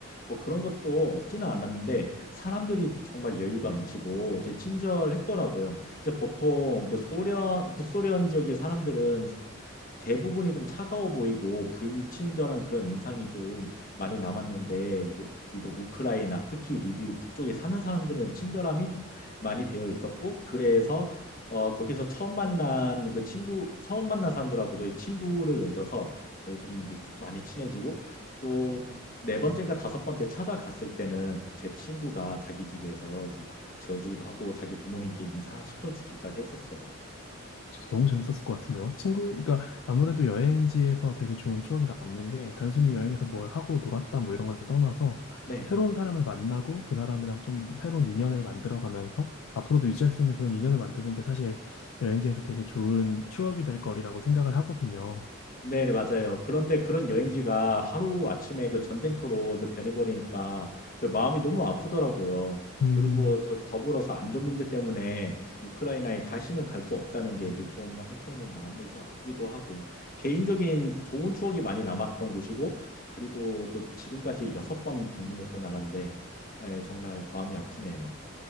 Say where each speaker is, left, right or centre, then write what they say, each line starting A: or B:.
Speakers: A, on the left (about 40°); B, on the left (about 65°).
A: 뭐 그런 것도 없지는 않았는데 사람들이 정말 여유가 넘치고 이제 친절했더라고요. 이제 보통 그 소련 구소련 지역의 사람들은 대부분이 좀 차가워 보이고 불친절한 그런 인상이 좀 많이 남았는데 그 유독 우크라이나 특히 리비우 그쪽에 사는 사람들은 친절함이 좀 많이 배어 있었고 그래서 어 거기서 처음 만난 그 친구 처음 만난 사람들하고도 친구를 맺어서 예, 좀 이제 많이 친해지고 또 네 번째인가 다섯 번째 찾아갔을 때는 제 친구가 자기 집에서 재워주기도 하고 자기 부모님께 인사시켜 주기까지 했었어요.
B: 진짜 너무 재밌었을 것 같은데요. 친구, 그러니까 아무래도 여행지에서 되게 좋은 추억이 남는 게 단순히 여행에서 뭘 하고 놀았다 뭐 이런 걸 떠나서
A: 네.
B: 새로운 사람을 만나고 그 사람이랑 좀 새로운 인연을 만들어가면서 앞으로도 유지할 수 있는 그런 인연을 만드는 게 사실 여행지에서 되게 좋은 추억이 될 거리라고 생각을 하거든요.
A: 네, 네, 맞아요. 그런데 그런 여행지가 하루 아침에 그 전쟁터로 그 변해버리니까 저 마음이 너무 아프더라고요.
B: 음,
A: 그리고 더, 더불어서 안전 문제 때문에 우크라이나에 다시는 갈 수 없다는 게 이게 좀 한편으로 마음을 좀 아프기도 하고 개인적인 좋은 추억이 많이 남았던 곳이고 그리고 또 지금까지 여섯 번 방문했던 나라인데 예, 정말 마음이 아프네요.